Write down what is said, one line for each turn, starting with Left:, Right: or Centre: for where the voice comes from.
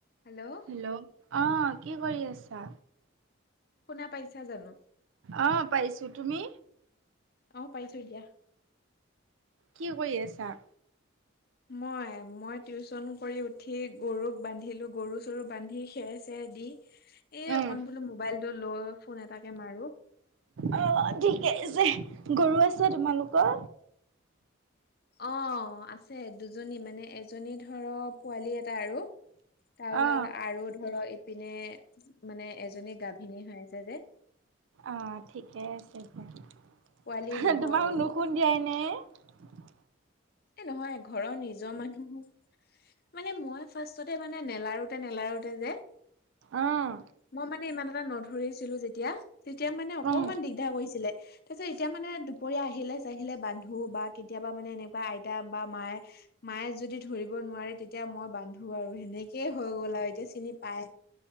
Left: Hello
Right: hello, অ', কি কৰি আছা?
Left: শুনা পাইছা জানোঁ?
Right: অ', পাইছোঁ। তুমি?
Left: অ', পাইছোঁ দিয়া।
Right: কি কৰি আছা?
Left: মই? মই টিউচন কৰি উঠি, গৰুক বান্ধিলোঁ। গৰু-চৰু বান্ধি খেৰ-চেৰ দি - এই
Right: উম
Left: অকন বোলোঁ ম'বাইলটো লৌ ফোন এটাকে মাৰোঁ।
Right: অ', ঠিকে আছে। গৰু আছে তোমালোকৰ?
Left: অ', আছে দুজনী। মানে এজনী ধৰা, পোৱালী এটা আৰু। তাৰপিছত
Right: অ
Left: আৰু ধৰো, ইপিনে মানে এজনী গাভিনী হৈ আছে যে।
Right: অ', ঠিকে আছে দিয়া।
Left: পোৱালি দিব
Right: তোমালোক
Left: আৰু।
Right: নুখ- <unintelligible>
Left: এ নহয় ঘৰৰ নিজৰ মানুহো মানে মই ফাৰ্ষ্টতে মানে নেলাৰোতে নেলাৰোতে যে
Right: উম
Left: মই মানে ইমান এটা নধৰিছিলো যেতিয়া তেতিয়া মানে অকমান
Right: উম
Left: দিগ দাৰ কৰিছিলে তাৰপিছত এতিয়া মানে দুপৰীয়া আহিলে চাহিলে বান্ধু বা কেতিয়াবা মানে এনেকুৱাই <unintelligible> বা মায়ে মায়ে যদি ধৰিব নোৱাৰে তেতিয়া মই বান্ধো আৰু সেনেকেই হৈ গ'ল আৰু এতিয়া চিনি পায়।